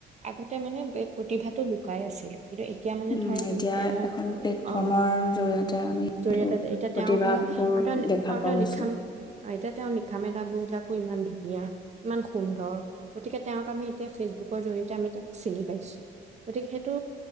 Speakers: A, on the right; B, on the left.
A: আগতে মানে এই প্ৰতিভাটো লুকাই আছিলে কিন্তু এতিয়া মানে
B: উম,
A: ধৰা
B: এতিয়া
A: তেওঁ
B: এখন প্লেটফৰ্মৰ
A: অ
B: জৰিয়তে আমি
A: জৰিয়তে
B: এইটো
A: এতিয়া
B: প্ৰতিভাবোৰ
A: তেওঁ ধৰা আৰু তেওঁ
B: দেখা
A: আৰু
B: পোৱা
A: তেওঁ
B: গৈছো।
A: লিখা এতিয়া তেওঁৰ লিখা-মেলাবোৰ বিলাকো ইমান ধুনীয়া। ইমান সুন্দৰ গতিকে তেওঁক আমি এতিয়া ফেচবুক জৰিয়তে আমি তেওঁক চিনি পাইছোঁ গতিকে সেইটো